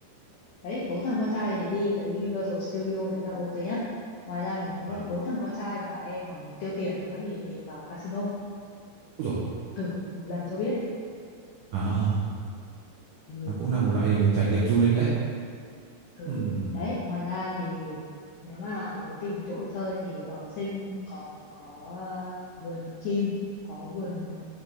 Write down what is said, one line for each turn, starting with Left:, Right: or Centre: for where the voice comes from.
Left: đấy bốn thằng con trai thì đi cái Universal Studio đấy là ok nhất ngoài ra thì nếu
Right: Vâng.
Left: mà bốn thằng con trai mà em mà muốn tiêu tiền nữa thì mình vào casino
Right: Ôi dồi.
Left: thử một lần cho biết
Right: À,
Left: ừ
Right: nó cũng là một loại hình trải nghiệm du lịch đấy.
Left: ừ
Right: Ừm.
Left: đấy ngoài ra thì nếu mà muốn tìm chỗ đi chơi thì ở Sing còn có ờ, vườn chim có vườn ờ,